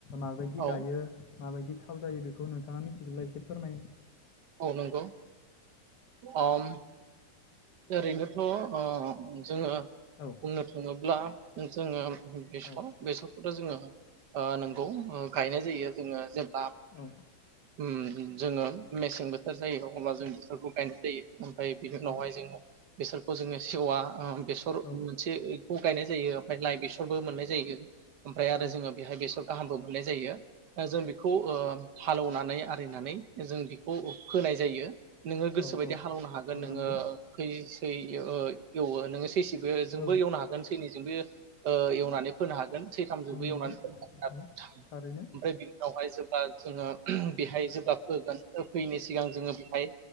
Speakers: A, on the left; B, on the right.
A: माबायदि
B: औ
A: गायो, माबायदि थाव जायो बे खौ नोंथाङा मिथिगौब्ला एसे फोरमाय
B: औ नंगौ। ओम ओरैनोथ' ओ जोङो
A: औ
B: बुंनो थाङोब्ला जोङो बेसर
A: औ
B: बेसर दा जोङो ओ नोंगौ ओ गायनाय जायो जोङो जे ब्ला
A: औ
B: ओम जोङो मेसें बोथोर जायो अब्ला जों बेफोरखौ गायनाय जायो। ओमफ्राय बिनि
A: औ
B: उनावहाय जोङो बेसरखौ जोङो सेवा ओम बेसर
A: औ
B: मोनसे खौ गायनाय जायो। ओमफ्राय लाइ बेसरबो मोननाय जायो ओमफ्राय आरो
A: औ
B: जोङो बेवहाय बेसर गाहामबो मोननाय जायो। जों बेखौ ओ हालेवनानै आरिनानै जों <unintelligible> होनाय जायो नोङो गोसोबायदि
A: औ औ
B: हालेवनो हागोन
A: औ
B: नोङो
A: नंगौ
B: फै ओइ ओ एवो नोङो सैसि बेजोंबो
A: औ
B: एवनो हागोन सैनैजों बो ओ एवनानै फोनो हागोन। सैथामजोंबो
A: औ नंगौ
B: एवनानै फोनो <unintelligible>
A: औ थारैनो
B: ओमफ्राय बि उनावहाय जो बा जोङो बेहाय जेब्ला फोगोन फोयिनि सिगां जोङो बेहाय